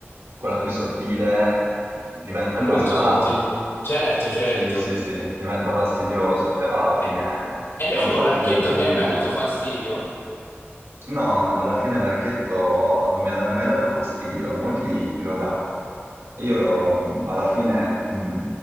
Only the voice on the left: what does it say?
È molto
sottile.
Certo, certo.
E, e invece
con l'archetto
te mi hai avuto fastidio?